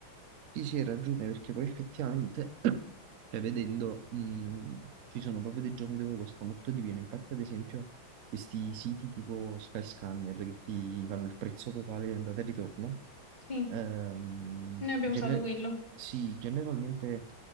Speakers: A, on the right (about 75°); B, on the left (about 20°).
A: Ti si ragione perché poi effettivamente, <clears throat> cioè vedendo, mh, ci sono proprio dei giorni dove costa molto di meno. Infatti, ad esempio, questi siti tipo Skyscanner che ti fanno il prezzo totale di andata e ritorno,
B: Sì,
A: ehm,
B: noi abbiamo
A: gene-
B: usato quello.
A: sì, generalmente.